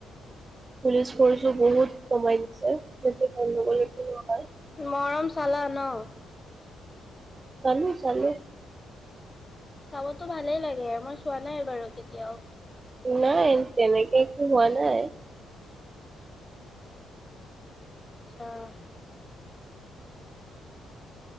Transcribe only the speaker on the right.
পুলিচ ফ'ৰ্চো বহুত কমাই দিছে <unintelligible>
চালোঁ, চালোঁ।
নাই, তেনেকে একো হোৱা নাই।